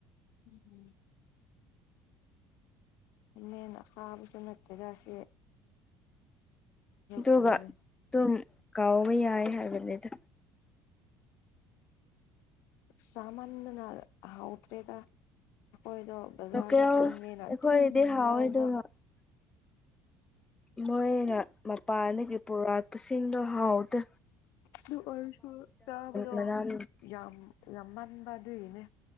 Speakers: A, on the left (about 70°); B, on the left (about 15°).
A: ꯎꯝ ꯃꯦꯟ ꯑꯈꯥꯕꯁꯨ ꯅꯠꯇꯦꯗ ꯁꯤ
B: ꯑꯗꯨꯒ
A: ꯐꯪꯉꯦ
B: ꯇꯨꯝ ꯀꯥꯎꯕ ꯌꯥꯏ ꯍꯥꯏꯕꯅꯦꯗꯣ
A: ꯆꯃꯟꯗꯅ ꯍꯥꯎꯇ꯭ꯔꯦꯗ ꯑꯩꯈꯣꯏꯗꯣ ꯕꯖꯥꯔꯗ
B: ꯂꯣꯀꯦꯜ
A: ꯍꯣꯡꯉꯦꯅ
B: ꯑꯩꯈꯣꯏꯗꯤ
A: ꯑꯗꯨꯝ
B: ꯍꯥꯎꯋꯦ
A: ꯂꯧꯕ
B: ꯑꯗꯨꯒ ꯃꯣꯏꯅ ꯃꯄꯥꯟꯗꯒꯤ ꯄꯨꯔꯥꯛꯄꯁꯤꯡꯗꯣ ꯍꯥꯎꯗ꯫
A: ꯑꯗꯨ ꯑꯣꯏꯔꯁꯨ ꯆꯥꯕꯗꯣ
B: ꯃꯅꯝ
A: ꯌꯥꯝ ꯌꯥꯝ ꯃꯟꯕ ꯑꯗꯨꯒꯤꯅꯦ